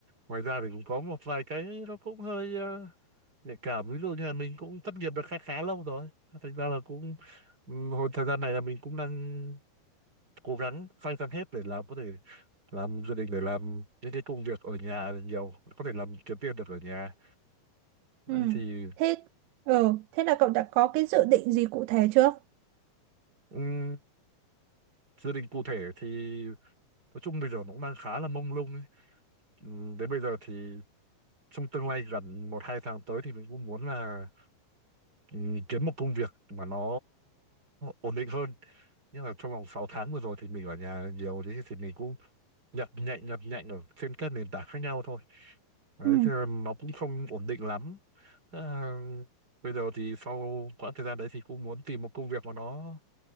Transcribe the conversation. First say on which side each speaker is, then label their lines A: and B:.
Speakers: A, on the right; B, on the right.
A: ngoài ra thì cũng có một vài cái nó cũng hơi ờ, nhạy cảm ví dụ như là mình cũng thất nghiệp được khá khá lâu rồi thành ra là cũng ừm, hồi thời gian này là mình cũng đang cố gắng phanh phanh hết để làm có thể làm gia đình để làm những cái công việc ở nhà nhiều có thể làm kiếm tiền được ở nhà đấy
B: ừ.
A: thì
B: Thế, ờ, thế là cậu đã có cái dự định gì cụ thể chưa?
A: ừm, gia đình cụ thể thì nói chung bây giờ nó cũng đang khá là mông lung ấy. Ừ, Đến bây giờ thì trong tương lai gần một hai tháng tới thì mình cũng muốn là ừ, kiếm một công việc mà nó ổn định hơn. Nhưng mà trong vòng 6 tháng vừa rồi thì mình ở nhà nhiều thế thì mình cũng nhập nhạnh nhập nhạnh ở trên các nền tảng khác nhau thôi. Đấy,
B: Ừ.
A: thì nó cũng không ổn định lắm. À, bây giờ thì sau quãng thời gian đấy thì cũng muốn tìm một công việc mà nó